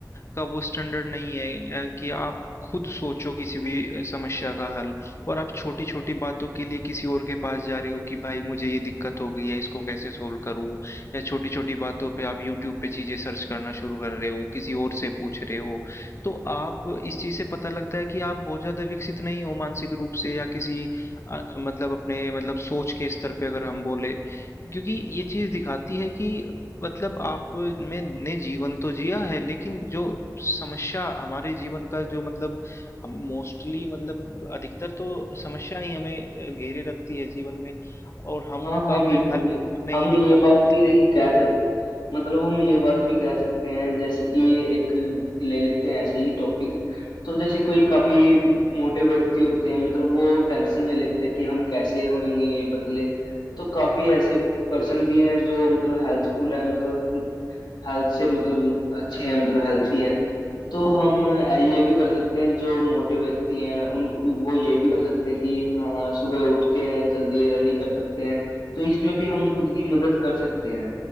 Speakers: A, on the left; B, on the left.
A: का वो स्टैंडर्ड नहीं है अ, कि आप खुद सोचो किसी भी अ, समस्या का हल और आप छोटी छोटी बातों के लिए किसी और के पास जा रहे हो कि भाई मुझे ये दिक्कत हो गई है इसको कैसे सोल्व करूं या छोटी छोटी बातों पे आप यूट्यूब पे चीजें सर्च करना शुरू कर रहे हो किसी और से पूछ रहे हो तो आप इस चीज से पता लगता है कि आप बहुत ज्यादा विकसित नहीं हो मानसिक रूप से या किसी अ, मतलब अपने मतलब सोच के स्तर पे अगर हम बोले क्योंकि ये चीज दिखाती है कि मतलब आप में ने जीवन तो जिया है लेकिन जो समस्या हमारे जीवन का जो मतलब हम मोस्टली मतलब अधिकतर तो समस्या ही हमें घेरे रखती है जीवन में और हम
B: हाँ
A: उनका
B: हाँ
A: ही
B: बिल्कुल
A: हल नहीं
B: हम
A: निकाल
B: ये बात
A: पाते
B: भी
A: हैं
B: कह सकते मतलब हम ये बात भी कह सकते हैं जैसे कि एक ले लेते हैं ऐसे ही टॉपिक तो जैसे कोई काफी मोटे व्यक्ति होते हैं मतलब वो टेंशन ले लेते हैं कि हम कैसे होंगे ये पतले तो काफी ऐसे पर्सन भी हैं जो मतलब हेल्थफुल है मतलब हेल्थ से मतलब अच्छे हैं मतलब हेल्थी हैं तो हम ये भी कर सकते हैं जो मोटे व्यक्ति हैं उन वो ये भी कर सकते हैं कि हाँ सुबह उठते हैं जल्दी रनिंग कर सकते हैं तो इसमें भी हम खुद की मदद कर सकते हैं